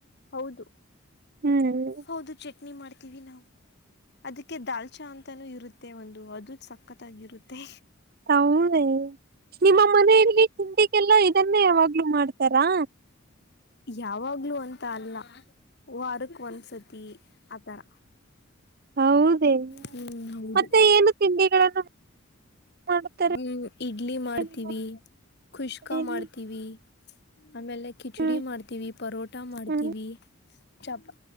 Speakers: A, on the left; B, on the right.
A: ಹೌದು
B: ಹ್ಮ್
A: ಹೌದು ಚಟ್ನಿ ಮಾಡ್ತೀವಿ ನಾವು ಅದಕ್ಕೆ ದಾಲ್ಚಾ ಅಂತಾನೂ ಇರುತ್ತೆ ಒಂದು ಅದು ಸಕ್ಕತ್ತಾಗಿರುತ್ತೆ
B: <unintelligible> ನಿಮ್ಮ ಮನೆಯಲ್ಲಿ ತಿಂಡಿಗೆಲ್ಲ ಇದನ್ನೇ ಯಾವಾಗ್ಲೂ ಮಾಡ್ತಾರಾ
A: ಯಾವಾಗ್ಲು ಅಂತ ಅಲ್ಲಾ ಓ ಅದಕ್ಕ ಒಂದ್ ಸತಿ ಆತರ
B: ಹೌದೇ
A: ಹ್ಮ ಹೌದು
B: ಮತ್ತೆ ಏನು ತಿಂಡಿಗಳನ್ನು ಮಾಡುತ್ತಾರೆ
A: ಹ್ಮ್ ಇಡ್ಲಿ ಮಾಡ್ತೀವಿ
B: ನಿಮ್ಮ
A: ಖುಷ್ಕಾ
B: ಮನೆಯಲ್ಲಿ
A: ಮಾಡ್ತೀವಿ. ಆಮೇಲೆ ಕಿಚಡಿ
B: ಹ್ಮ್
A: ಮಾಡ್ತೀವಿ, ಪರೋಟಾ ಮಾಡ್ತೀವಿ,
B: ಹ್ಮ್
A: ಚಪಾ